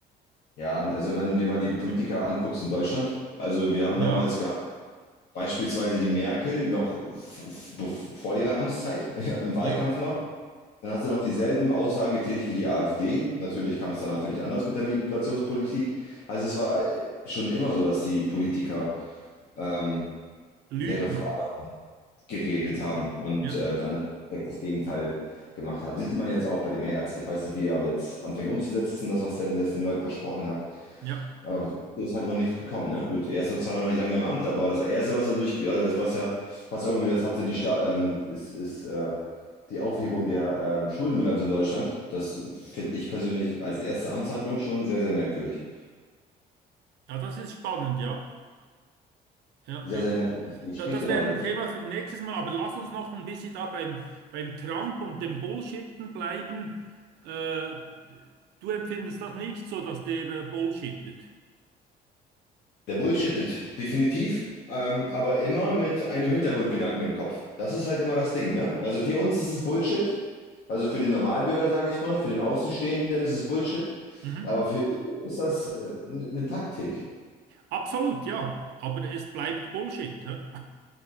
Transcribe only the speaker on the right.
Ja,
ja,
Lügen.
Ja,
ja.
Ja, das ist spannend, ja. Ja,
ja.
Da, das wäre
ein Thema für nächstes Mal, aber lass uns noch ein bisschen da beim, beim Trump und dem Bullshitten bleiben. Äh, du empfindest das nicht so, dass der äh, Bullshittet.
Mhm.
Absolut, ja, aber es bleibt Bullshit. Hä?